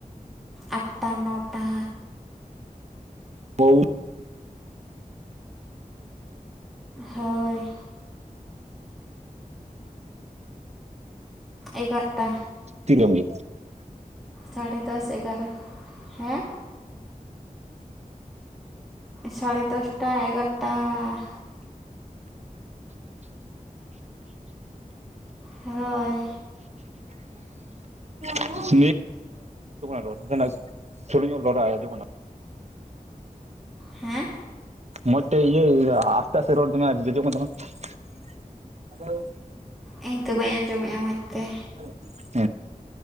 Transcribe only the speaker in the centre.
ᱟᱴᱴᱟ ᱱᱚᱴᱟ
ᱦᱳᱭ ᱮᱜᱟᱨᱚᱴᱟ
ᱥᱟᱲᱮ ᱫᱚᱥ ᱮᱜᱟᱨᱚ ᱦᱮᱸ ᱥᱟᱲᱮ ᱫᱚᱥᱴᱟ ᱮᱜᱟᱨᱚᱴᱟ ᱦᱳᱭ
ᱦᱮᱸ
ᱤᱧ ᱦᱚᱛᱚ ᱵᱟᱹᱧ ᱟᱸᱡᱚᱢᱮᱫᱼᱟ ᱢᱚᱡᱽ ᱛᱮ᱾